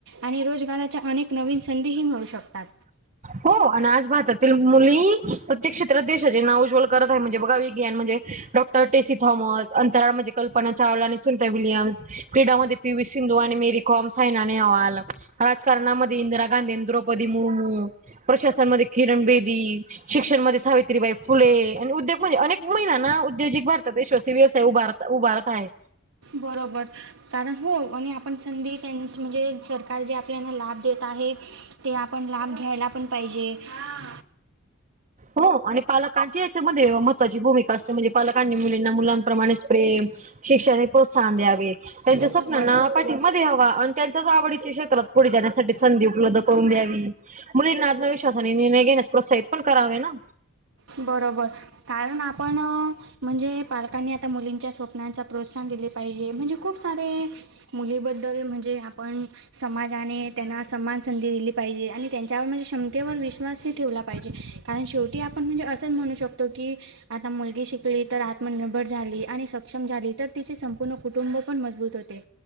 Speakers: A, on the right; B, on the right.
A: आणि रोजगाराच्या अनेक नवीन संधीही मिळू शकतात.
B: हो. आणि आज भारतातील मुली प्रत्येक क्षेत्रात देशाचे नाव उज्वल करत आहे. म्हणजे बघा एक <unintelligible> म्हणजे डॉ. टी सी थॉमस, अंतराळ म्हणजे कल्पना चावला आणि सुनीता विलियम्स क्रीडामध्ये पी व्ही सिंधू आणि मेरी कॉम सायना नेहवाला राजकारणामध्ये इंदिरा गांधी, द्रौपदी मुर्मू, प्रशासनमध्ये किरण बेदी शिक्षणमध्ये सावित्रीबाई फुले आणि उद्योग मध्ये अनेक मुलींना ना उद्द्योजिक भारतात <unintelligible> व्यवसाय उभारत उभारत आहे.
A: बरोबर कारण हो. आणि आपण संधी त्यां म्हणजे सरकार जे आपल्याना लाभ देत आहेत ते आपण लाभ घ्यायला पण पाहिजे. हा
B: हो आणि पालकांची याच्यामध्ये महत्त्वाची भूमिका असते. म्हणजे पालकांनी मुलींना मुलांप्रमाणेच प्रेम शिक्षणे प्रोत्साहन द्यावे. त्यांच्या
A: बरोबर
B: स्वप्नांना पाठीबां द्यावा. आणि त्यांच्याच आवडीच्या क्षेत्रात पुढे जाण्यासाठी संधी उपलब्ध करून द्यावी. मुलींना आत्मविश्वा विश्वाने निर्णय घेण्यास प्रोत्साहित पण करावे ना
A: बरोबर कारण आपण म्हणजे पालकांनी आता मुलींच्या स्वप्नांचा प्रोत्साहन दिले पाहिजे, म्हणजे खूप सारे मुलीबद्दल म्हणजे आपण समाजाने त्यांना समान संधी दिली पाहिजे आणि त्यांच्यावर म्हणजे क्षमतेवर विश्वासही ठेवला पाहिजे, कारण शेवटी आप ण, म्हणजे असंच म्हणू शकतो की, आता मुलगी शिकली तर आता आत्मनिर्भर झाली आणि सक्षम झाली, तर तिचे संपूर्ण कुटुंब पण मजबूत होते.